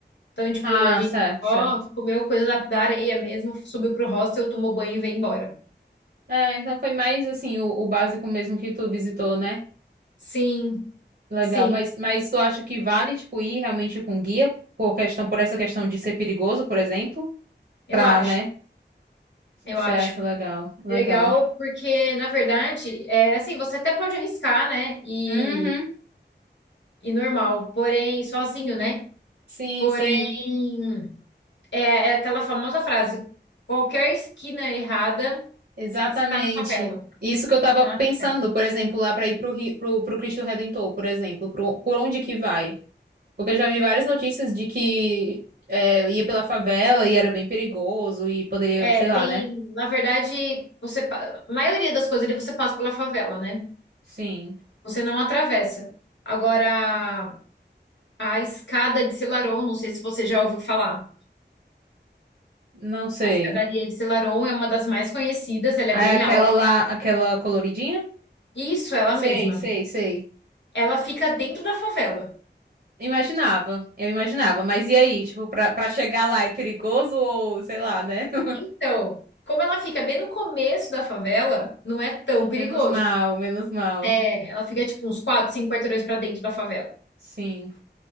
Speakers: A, on the left; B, on the right.
A: Então, tipo,
B: Ah,
A: a gente
B: certo,
A: só
B: certo.
A: comeu coisa da, da areia mesmo, subiu pro hostel, tomou banho e veio embora.
B: É, então foi mais, assim, o, o básico mesmo que tu visitou, né?
A: Sim,
B: Legal,
A: sim,
B: mas, mas tu acha que vale, tipo, ir realmente com guia por questão, por essa questão de ser perigoso, por exemplo?
A: eu
B: Pra,
A: acho.
B: né?
A: Eu
B: Certo,
A: acho
B: legal, legal.
A: legal porque, na verdade, é assim, você até pode arriscar, né? E,
B: Uhum,
A: e normal, porém, sozinho, né?
B: sim,
A: Porém,
B: sim,
A: é é aquela famosa frase: qualquer esquina errada.
B: exatamente.
A: Você tá na favela.
B: Isso que eu tava
A: Tá
B: pensando,
A: na favela.
B: por exemplo, lá pra ir pro, Ri- pro, pro Cristo Redentor, por exemplo, pro, por onde que vai? Porque eu já vi várias notícias de que é, ia pela favela e era bem perigoso e poderia,
A: É,
B: sei
A: tem,
B: lá, né?
A: na verdade, você, pa- a maioria das coisas ali você passa pela favela, né?
B: Sim,
A: Você não atravessa. Agora, a escada de Selarón, não sei se você já ouviu falar.
B: não sei.
A: A escadaria de Selarón é uma das mais conhecidas, ela
B: Aí
A: é bem
B: aquela
A: alta.
B: lá, aquela coloridinha?
A: Isso, ela
B: Sei,
A: mesma.
B: sei, sei.
A: Ela fica dentro da favela.
B: Imaginava, eu imaginava, mas e aí, tipo, pra, pra chegar lá é perigoso ou sei lá, né? <laughs>
A: Então, como ela fica bem no começo da favela, não é tão
B: Menos
A: perigoso.
B: mal, menos mal.
A: É, ela fica tipo uns 4, 5 quarteirões pra dentro da favela.
B: Sim,